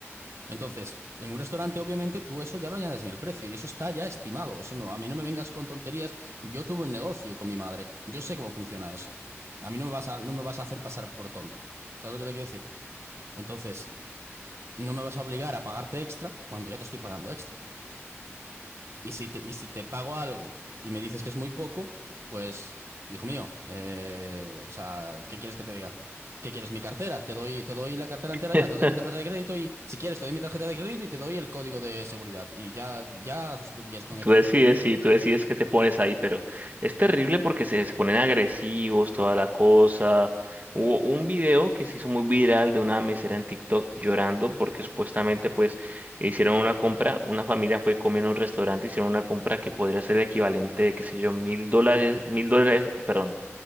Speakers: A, on the right (about 70°); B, on the right (about 35°).
A: Entonces, en un restaurante, obviamente, tú eso ya lo añades en el precio y eso está ya estimado. Eso no, a mí no me vengas con tonterías. Yo tuve un negocio con mi madre. Yo sé cómo funciona eso. A mí no me vas a, no me vas a hacer pasar por tonto. ¿Sabes lo que te quiero decir? Entonces, no me vas a obligar a pagarte extra cuando ya te estoy pagando extra. Y si te, y si te pago algo y me dices que es muy poco, pues, hijo mío, eh, o sea, ¿qué quieres que te diga? ¿Qué quieres? Mi cartera. Te doy, te doy la cartera entera
B: <laughs>
A: ya, te doy mi tarjeta de crédito y, si quieres, te doy mi tarjeta de crédito y te doy el código de seguridad. Y ya, ya haces tú lo que quieras con él.
B: Tú decides, sí, tú decides qué te pones ahí, pero es terrible porque se, se ponen agresivos, toda la cosa. Hubo un video que se hizo muy viral de una mesera en TikTok llorando porque supuestamente pues hicieron una compra, una familia fue comiendo en un restaurante, hicieron una compra que podría ser el equivalente de, qué sé yo, mil dólares, mil dólares, perdón,